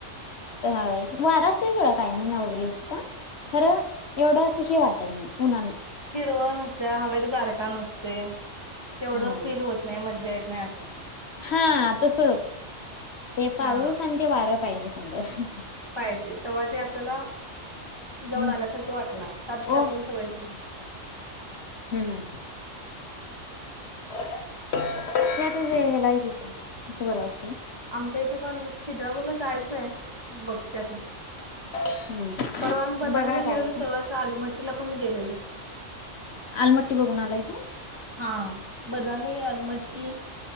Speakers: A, on the left; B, on the right.
A: ह वारा अस केवड काय नॉर्मली तिं खरं एवढं असंही वाटत नाही उनाला.
B: हिरव नसत, हवेत गारटा नसते, तेवढं
A: हम्म
B: फील होत नाही मज्ज नाही अस.
A: हा तस ते पाऊस
B: हा
A: आणि ते वार पाहिजे. चांग <inaudible>
B: पाहिजे तेव्हा ते, आपल्याला जाऊन
A: हम्म
B: आल्यासारखं वाटणार का तर ते
A: ओ
B: आपल्याला सवय झाली.
A: हम्म <unintelligible>
B: आमच्या इथं पण खिद्रापूरला जायचंय बघते आता.
A: हम्म
B: परवा आम्ही बदामला
A: बघा
B: गेलेलो,
A: काय होते.
B: तेव्हाच अलमट्टीला पण गेलेलो.
A: आलमट्टी बघून आलायस.
B: हा बदामी आलमट्टी,